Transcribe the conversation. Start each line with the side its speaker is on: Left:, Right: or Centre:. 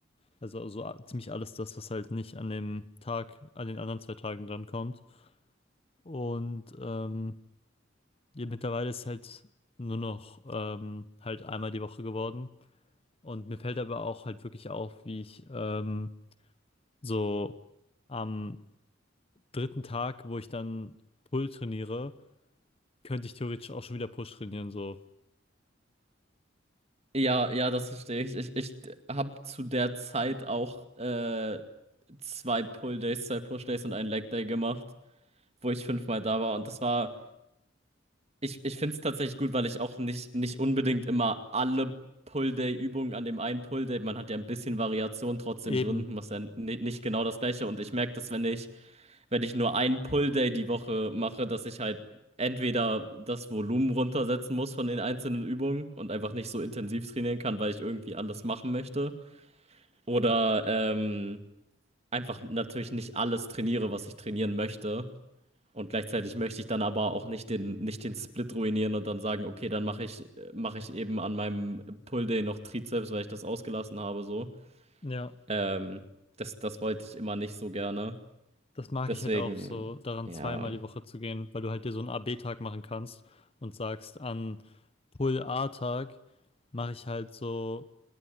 Left: Also, also a- ziemlich alles das, was halt nicht an dem Tag, an den anderen zwei Tagen drankommt. Und ähm, ja, mittlerweile ist halt nur noch ähm, halt einmal die Woche geworden. Und mir fällt aber auch halt wirklich auf, wie ich ähm, so am dritten Tag, wo ich dann Pull trainiere, könnte ich theoretisch auch schon wieder Push trainieren, so.
Right: Ja, ja, das verstehe ich. Ich, ich habe zu der Zeit auch äh, zwei Pull-Days, zwei Push-Days und einen Leg-Day gemacht, wo ich fünfmal da war. Und das war ich, ich finde es tatsächlich gut, weil ich auch nicht, nicht unbedingt immer alle Pull-Day-Übungen an dem einen Pull-Day, man hat ja ein bisschen Variation trotzdem
Left: Eben.
Right: drin, was ja ni- nicht genau das gleiche. Und ich merke dass wenn ich, wenn ich nur einen Pull-Day die Woche mache, dass ich halt entweder das Volumen runtersetzen muss von den einzelnen Übungen und einfach nicht so intensiv trainieren kann, weil ich irgendwie alles machen möchte. Oder ähm, einfach natürlich nicht alles trainiere, was ich trainieren möchte. Und gleichzeitig möchte ich dann aber auch nicht den, nicht den Split ruinieren und dann sagen, okay, dann mache ich, mache ich eben an meinem Pull Day noch Trizeps, weil ich das ausgelassen habe, so.
Left: Ja.
Right: Ähm, das, das wollte ich immer nicht so gerne.
Left: Das mag
Right: Deswegen,
Left: ich halt auch so, daran
Right: ja.
Left: zweimal die Woche zu gehen, weil du halt dir so einen a b tag machen kannst und sagst, an Pull-A-Tag mache ich halt so